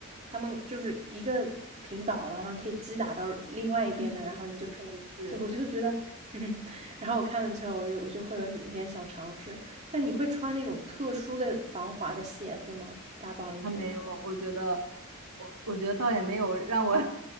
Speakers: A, on the right; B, on the right.
A: 他们就是一个平倒了，然后可以击打到另外一边的，
B: 嗯
A: 然后你就可以，
B: 就是
A: 就我就觉得，<laughs> 哼，然后我看了之后，我就我就会有点想尝试。但你会穿那种特殊的防滑的鞋子吗？打保龄球的时候
B: 他没有，我觉得我我觉得倒也没有让我